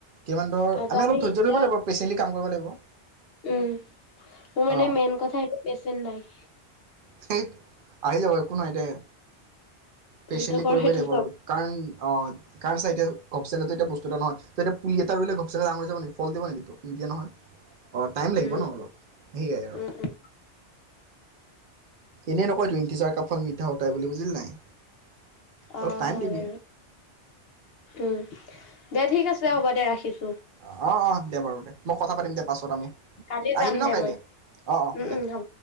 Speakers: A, on the right (about 55°); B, on the left (about 60°).
A: কিমান ধৰ,
B: অ' ত
A: আমি অলপ ধৈৰ্য
B: এতিয়া
A: ধৰি লাগিব পেশেণ্টলি। কাম কৰিব লাগিব।
B: উম, মোৰ মানে
A: অঁ
B: মেইন কথাটো, সেইতো পেইশেণ্ট নাই।
A: থেই, আহি যাব, একো নাই দে। পেচেণ্টলি
B: যিটো কৰো
A: কৰিবই
B: সেইটো
A: লাগিব,
B: চল
A: আৰু কাৰণ অঁ, কাৰণ চা এতিয়া ঘপচনেত এতিয়া বস্তু এটা নহয়, ত‌ই এতিয়া পুলি এটা ৰুলে, ঘপচাতে ডাঙৰ হৈ যাব নেকি, ফল দিব নেকি। খ নি দিয়া নহয়। অঁ, টাইম লাগিব
B: উম
A: ন অলপ সেয়াই আৰু।
B: উম উম
A: এনেই নকয়টো, ইণ্টেজাৰ কা ফাল মিঠা হোতা হে বুলি বুজিলি নে নাই।
B: অঁ,
A: অলপ টাইম
B: হয়
A: দিবি
B: বাৰু, উম দে ঠিক আছে হ'ব দে, ৰাখিছোঁ।
A: অঁ, অঁ, দে বাৰু, দে, মই কথা পাতিম দে, পাছত আমি
B: কালি যাম
A: আহিবি, ন
B: দে
A: কাইলৈ,
B: মই
A: অঁ, অঁ
B: উম উম
A: দে।
B: হ'ব